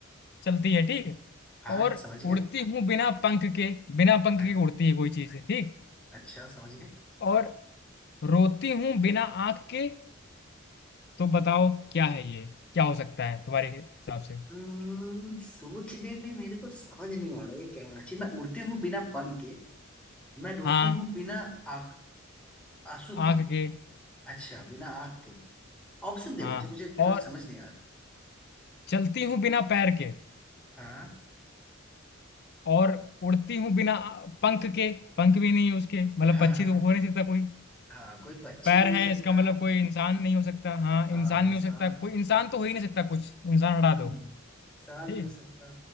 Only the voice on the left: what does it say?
चलती है ठीक
और
उड़ती हूँ बिना पंख के बिना पंख
के उड़ती है कोई चीज ठीक
और रोती हूँ बिना आंख के तो बताओ क्या है ये क्या हो सकता है तुम्हारे हिसाब से
हाँ
आंख के
हाँ
और
चलती हूँ बिना पैर के
और उड़ती हूँ बिना पंख के पंख भी नहीं है उसके मतलब
पक्षी
तो हो नहीं सकता कोई
पैर
हैं
इसका मतलब कोई इंसान नहीं हो सकता हाँ
इंसान
नहीं हो सकता कोई इंसान तो हो ही नहीं सकता कुछ इंसान हटा
दो
ठीक